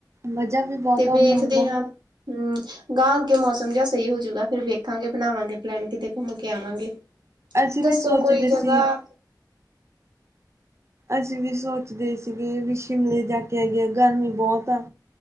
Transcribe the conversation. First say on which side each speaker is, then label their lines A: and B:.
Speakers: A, on the right; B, on the right.
A: ਮਜ਼ਾ ਵੀ ਬਹੁਤ
B: ਤੇ ਵੇਖਦੇ
A: ਆਉਂਦਾ ਹੁੰਦਾ
B: ਆਂ। ਹੂੰ ਗਾਂ ਅੱਗੇ ਮੌਸਮ ਜਿਆ ਸਈ ਹੋਜੂਗਾ, ਫੇਰ ਵੇਖਾਂਗੇ ਬਣਾਵਾਂਗੇ ਪਲੈਨ ਕਿਤੇ ਘੁੰਮ ਕੇ ਆਵਾਂਗੇ।
A: ਅਸੀਂ
B: ਦੱਸੋ
A: ਵੀ ਸੋਚਦੇ
B: ਕੋਈ ਜਗ੍ਹਾ
A: ਸੀ। ਅਸੀਂ ਵੀ ਸੋਚਦੇ ਸੀਗੇ ਵੀ ਸ਼ਿਮਲੇ ਜਾ ਕੇ ਆਈਏ, ਗਰਮੀ ਬੋਤ ਆ।